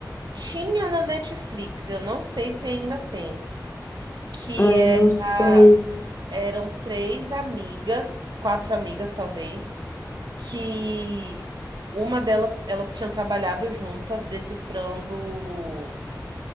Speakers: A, on the right; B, on the left.
A: Tinha na Netflix, eu não sei se ainda tem, que
B: Ai,
A: era,
B: não sei.
A: eram três amigas, quatro amigas talvez, que uma delas, elas tinham trabalhado juntas decifrando